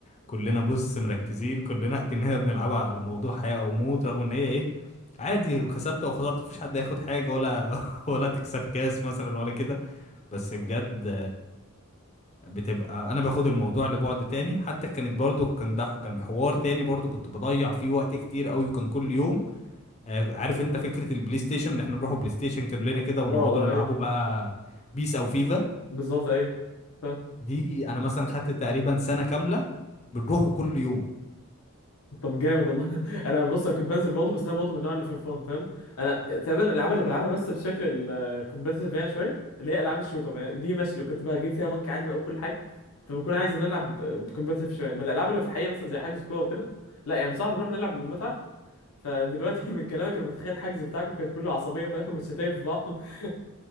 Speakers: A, on the left; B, on the left.
A: كلنا بص مركزين كلنا <laughs> كأننا بنلعبها على موضوع حياه او موت رغم ان هي ايه عادي كسبت او خسرت مفيش حد هياخد حاجه ولا <laughs> ولا تكسب كاس مثلا ولا كده بس بجد بتبقى انا باخد الموضوع لبعد تاني حتى كانت برضو كان ده كان حوار تاني برضو كنت بضيع فيه وقت كتير قوي وكان كل يوم آه، عارف انت فكرة البلاي ستيشن ان احنا نروحوا بلاي ستيشن كلنا كده ونقعدوا
B: اه اه
A: نلعبوا
B: ايوه
A: بقى بيس او فيفا
B: بالظبط ايوه فاهم
A: دي انا مثلا خدت تقريبا سنة كاملة بنروحوا كل يوم
B: طب جامد والله <laughs> انا بص انا كنت بنزل برضه بس انا برضه من النوع اللي في الفون فاهم انا تقريبا الالعاب اللي بلعبها بس بشكل الكومبتيتيف يعني شويه اللي هي العاب الشوتر يعني دي ماشي لو كنت بجيب فيها بنك عالي بقى وكل حاجه فبكون عايز ان أنا العب كومبتيتيف شويه من الالعاب اللي في الحقيقه مثلا زي حجز كوره وكده لا يعني صعب نروح نلعب للمتعه فدلوقتي <laughs> من كلامك انا متخيل الحجز بتاعكم كان كله عصبيه فاهم والشتايم في بعض <laughs>